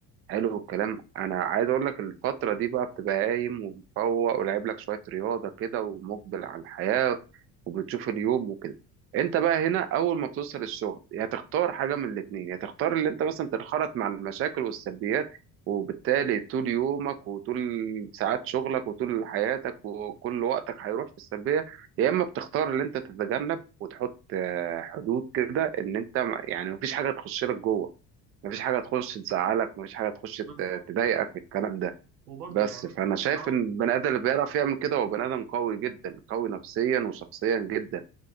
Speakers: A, on the right; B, on the right.
A: حلو الكلام انا عايز اقول لك الفتره دي بقى بتبقى قايم ومفوق ولعب لك شويه رياضه كده ومقبل على الحياه وبتشوف اليوم وكده انت بقى هنا اول ما بتوصل الشغل يا تختار حاجه من الاثنين يا تختار اللي انت مثلا تنخرط مع المشاكل والسلبيات وبالتالي طول يومك وطول ساعات شغلك وطول حياتك وكل وقتك هيروح في السلبيه يا اما بتختار اللي انت تتجنب وتحط آه، حدود كده ان انت ما- يعني مفيش حاجه تخش لك جوه مفيش حاجه تخش تزعلك مفيش حاجه تخش
B: بالظبط
A: ت- تضايقك الكلام ده
B: وبرضه
A: بس
B: يعني
A: فانا شايف
B: حاول
A: ان البني ادم اللي بيعرف يعمل كده هو بني ادم قوي جدا قوي نفسيا وشخصيا جدا